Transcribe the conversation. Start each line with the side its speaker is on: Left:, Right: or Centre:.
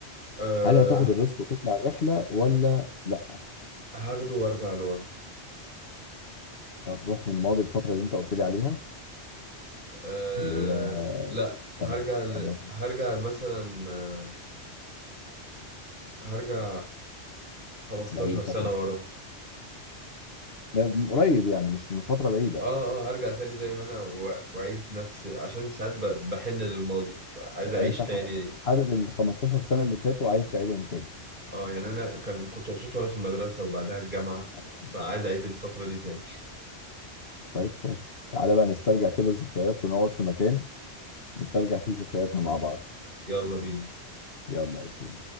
Right: أه
Left: هل هتاخد الريسك وتطلع الرحلة ولا لا
Right: هاخده وارجع لورا
Left: هتروح للماضي الفترة اللي انت قلت لي عليها
Right: أه
Left: اللي هي
Right: لا هرجع
Left: تمام
Right: ل...
Left: ولا
Right: هرجع مثلا آه، هرجع 15
Left: لأي فترة
Right: سنة ورا
Left: لا، من قريب يعني مش من فترة بعيدة
Right: اه اه هرجع تاني زي ما انا و- واعيد نفس عشان ساعات ب- بحن للماضي عايز اعيش
Left: يعني انت
Right: تاني
Left: ح- حابب ال 15 سنة اللي فاتوا وعايز تعيدهم
Right: اه يعني انا كان كنت مبسوط وانا في المدرسة وبعدها الجامعة
Left: تاني
Right: فعايز اعيد الفترة دي تاني
Left: طيب كويس تعالى بقى نسترجع كده الذكريات ونقعد في مكان نسترجع فيه ذكرياتنا مع بعض
Right: يلا بينا
Left: يلا اوكي